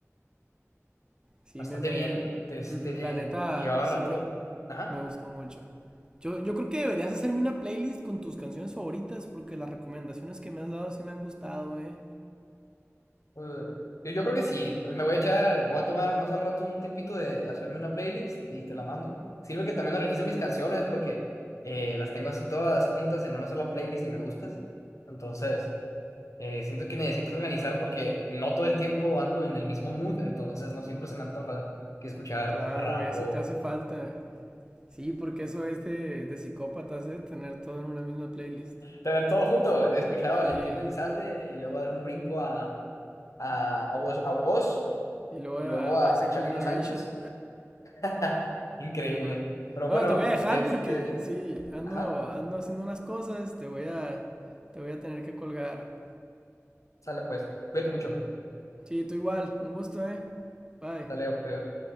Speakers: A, on the right; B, on the left.
A: Sí,
B: bastante
A: me, me,
B: bien, ¿eh? De este,
A: ujú, la neta,
B: llevaba
A: sí
B: rato,
A: me,
B: ajá.
A: me gustó mucho. Yo, yo creo que deberías hacerme una playlist con tus canciones favoritas porque las recomendaciones que me has dado sí me han gustado, ¿eh?
B: Eh, Yo, yo creo que sí. eh. Me voy a echar, me voy a tomar más al rato un tiempito de hacerme una playlist y te la mando. Sirve que también organizo mis canciones porque eh, las tengo así todas juntas en una sola playlist de me gustas. Entonces, eh, siento que necesito organizar porque no todo el tiempo ando en el mismo mood, entonces no siempre se me antoja que escuchar
A: Claro,
B: rap
A: eso
B: o
A: te hace falta. Sí, porque eso es de, de psicópatas, ¿eh? Tener todo en una misma playlist.
B: tener todo junto. He escuchado a Valentín
A: Sí.
B: Elizalde y luego dar un brinco a, a, a Woz, a Woz,
A: Y luego
B: y luego
A: a,
B: a,
A: a Zen
B: a Chalino
A: Kung Fu Generation.
B: Sánchez. <laughs> Ja, Increíble.
A: Sí, man.
B: Pero
A: Bueno,
B: bueno,
A: te voy a dejar
B: de este,
A: porque sí, ando,
B: ajá,
A: ando haciendo unas cosas, te voy a, te voy a tener que colgar.
B: sale pues. Cuídate mucho.
A: Sí, tú igual, un gusto, ¿eh? Bye.
B: Sale, adiós.